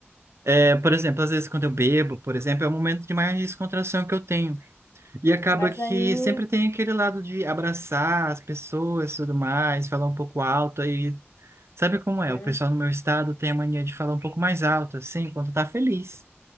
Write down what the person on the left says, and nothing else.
Mas
aí,
hum,